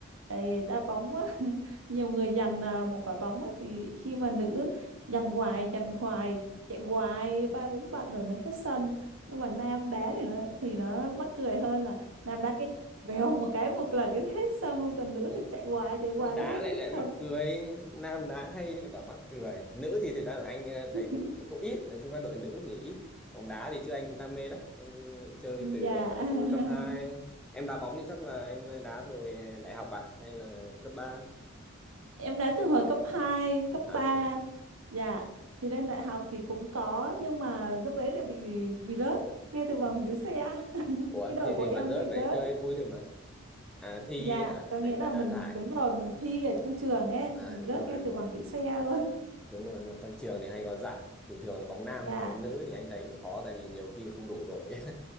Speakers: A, on the right (about 85°); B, in the centre.
A: Ê, đá bóng á, <laughs> nhiều người giành à, một quả bóng ấy, thì khi mà nữ giành hoài giành hoài chạy hoài ba bốn bạn rồi mới hết sân nhưng mà nam đá thì nó thì nó mắc cười hơn là đạp đá cái vèo một cái một là cái hết sân luôn còn nữ
B: Không.
A: thì chạy hoài chạy hoài
B: đá
A: hết
B: lại
A: cái
B: lại
A: sân
B: mắc cười nam đá hay lại bảo mắc cười nữ thì thực ra là anh ờ, thấy
A: <laughs>
B: cũng, cũng ít nói chung các đội nữ thì ít bóng đá thì chứ anh cũng đam mê lắm anh ờ, chơi từ
A: dạ
B: ờ, từ cấp hai
A: <laughs>
B: em đá bóng thì chắc là em đá hồi đại học à hay là cấp ba
A: em đá từ hồi cấp 2, cấp
B: à
A: 3.
B: thế à
A: dạ thì lên đại học thì cũng có nhưng mà lúc đấy là bị bị rớt ngay từ vòng dưới xe <laughs>
B: ủa
A: cái đời
B: thì
A: của
B: gì
A: em
B: mà rớt
A: bị
B: đấy
A: rớt
B: chơi vui thôi mà à thi
A: dạ
B: hả
A: có
B: đánh
A: nghĩa là mình
B: đá giải
A: đúng
B: hả?
A: rồi mình thi ở trong trường ấy
B: à
A: thì mình
B: đúng
A: rớt
B: rồi
A: ngay
B: đúng
A: từ
B: rồi
A: vòng giữ xe luôn
B: đúng rồi nhưng mà trong trường thì hay có giải thì thường là bóng nam
A: dạ
B: thôi bóng nữ thì anh thấy cũng khó tại vì nhiều khi không đủ đội <laughs>